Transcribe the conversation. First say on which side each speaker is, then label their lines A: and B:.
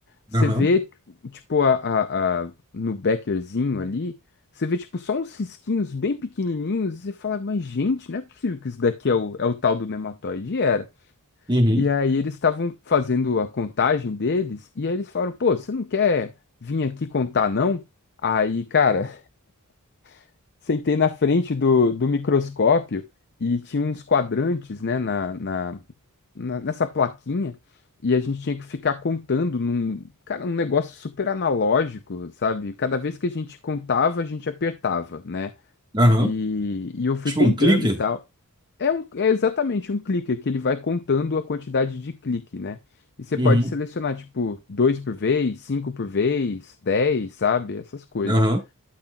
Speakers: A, on the left; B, on the right.
A: você
B: Aham,
A: vê tipo a, a, a- no beckerzinho ali, você vê tipo só uns risquinhos bem pequenininhos e você fala, mas gente, não é possível que isso daqui é o, é o tal do nematoide. E era.
B: uhum.
A: E aí eles estavam fazendo a contagem deles, e aí eles falaram, pô, você não quer vir aqui contar, não? Aí, cara, <laughs> sentei na frente do, do microscópio e tinha uns quadrantes, né, na, na, na- nessa plaquinha, e a gente tinha que ficar contando num, cara, um negócio super analógico, sabe? Cada vez que a gente contava, a gente apertava, né?
B: Aham.
A: E, e eu fui
B: Tipo
A: contando
B: um clicker?
A: e tal. É, um, é exatamente um clicker que ele vai contando a quantidade de clique, né? E você
B: Uhum.
A: pode selecionar, tipo, dois por vez, cinco por vez, dez, sabe? Essas coisas.
B: Aham,